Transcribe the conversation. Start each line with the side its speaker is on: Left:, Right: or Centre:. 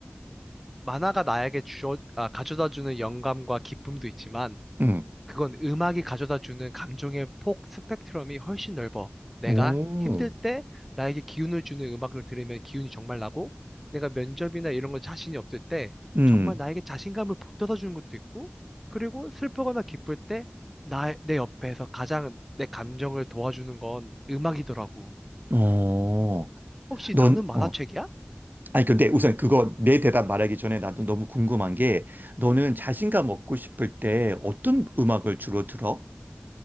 Centre: 만화가 나에게 주어, 아, 가져다주는 영감과 기쁨도 있지만,
Right: 응.
Centre: 그건 음악이 가져다주는 감정의 폭, 스펙트럼이 훨씬 넓어. 내가
Right: 오.
Centre: 힘들 때 나에게 기운을 주는 음악을 들으면 기운이 정말 나고, 내가 면접이나 이런 거 자신이 없을 때
Right: 음.
Centre: 정말 나에게 자신감을 북돋아주는 것도 있고, 그리고 슬프거나 기쁠 때 나, 내 옆에서 가장 내 감정을 도와주는 건 음악이더라고.
Right: 어.
Centre: 혹시
Right: 넌,
Centre: 너는 만화책이야?
Right: 어, 아니, 근데 우선 그거 내 대답 말하기 전에 나도 너무 궁금한 게, 너는 자신감 얻고 싶을 때 어떤 음악을 주로 들어?